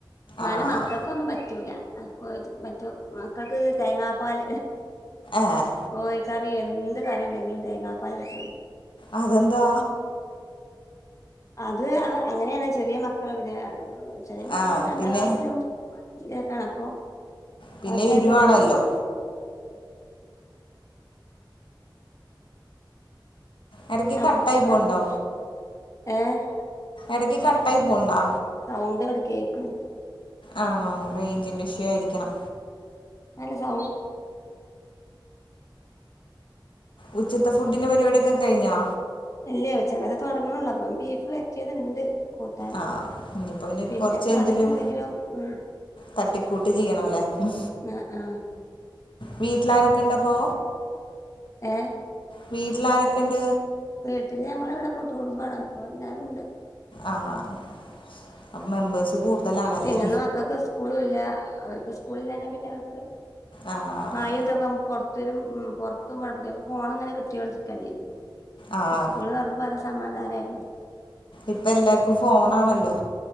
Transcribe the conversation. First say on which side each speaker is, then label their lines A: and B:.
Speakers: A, on the left (about 40°); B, on the left (about 80°).
A: ഇന്നാലും
B: ആഹ്
A: മക്കക്കൊന്നും പറ്റൂല മറ്റോ മക്കക്ക് തേങ്ങാപ്പാല്
B: ഏഹ്
A: കോയിക്കറിയേ എന്ത് കറിണ്ടെങ്കിലും തേങ്ങാപ്പാലേ പറ്റൊളളൂ
B: അതെന്താ
A: അത് അങ്ങനെയാണ് ചെറിയ മക്കള് പിന്നെ ചെറിയ മക്കള്
B: ആഹ്
A: അർഞ്ഞാ രണ്ടാം
B: പിന്നെ
A: ക്ലാസ്സിലും ഇതിലെക്കേണ് അപ്പൊ
B: പിന്നെ
A: അവർക്കത്
B: എരുവാണല്ലോ
A: പറ്റുള്ളൂ
B: ഇടക്ക്
A: ഞമുക്ക്
B: കട്ടായി പോണ്ടോ
A: ആഹ് ഏഹ്
B: ഇടക്ക് കട്ടായി പോണ്ടാ
A: സൗണ്ട് ഇങ്ങട് കേക്ക്ണില്ല
B: ആണോ റേഞ്ചിന്റെ ഇഷ്യൂ ആയിരിക്കണം
A: നല്ല സൗ
B: ഉച്ചത്തെ ഫുഡിന്റെ പരിപാടിയൊക്കെ കഴിഞ്ഞോ
A: ഇല്ലേ ഉച്ചകത്തെ തൊടങ്ണൊള്ളൂ അപ്പം ബീഫ് വരട്ടിയത്ണ്ട് കൂട്ടാൻ
B: ആഹ് ഇനിയിപ്പോ ഇനി
A: പിന്നെ
B: കൊറച്ച്
A: കറിയൊക്കെ
B: എന്തേലും
A: എന്തെങ്കിലും ഉം
B: തട്ടിക്കൂട്ട് ചെയ്യണോല്ലേ ഉം
A: ആ ആ
B: വീട്ടിലാരൊക്കെണ്ട് അപ്പൊ
A: ഏഹ്
B: വീട്ടിലാരൊക്കെ ഇണ്ട്
A: വീട്ടില് ഞങ്ങളവിടെ കൂട്ടുകുടുമ്പാണ് അപ്പോ എല്ലാരുണ്ട്
B: ആഹ് അപ്പൊ മെമ്പേഴ്സ് കൂടുതലാണല്ലേ
A: പിന്നന്നും മക്കക്ക് സ്കൂളൂല്ല അവർക്ക് സ്കൂളില്ലാഞ്ഞാ പിന്നെ അവർക്ക്
B: ആഹ്
A: മയിം ഇതൊക്കാവുമ്പൊ പൊറത്തൊരും പുറത്തും പോ പിന്നെ ഫോണ്ങ്ങനെ കിട്ട്യോണ്ടിരിക്കേണ്ടിയേരും
B: ആഹ്
A: സ്കൂള് തുറന്നപ്പോ അത് സമാധാനാ ര്ന്നു
B: ഇപ്പ എല്ലാർക്കും ഫോണാണല്ലോ